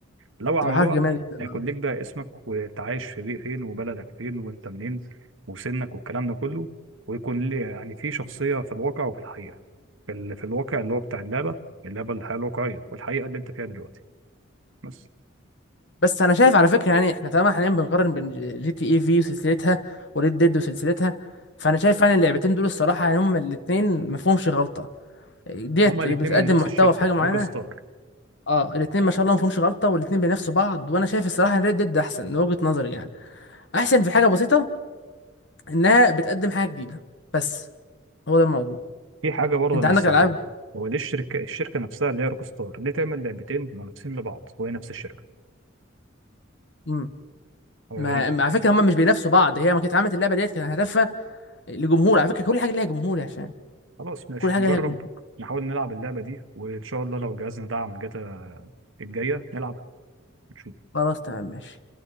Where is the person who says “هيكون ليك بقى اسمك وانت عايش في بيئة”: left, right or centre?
Right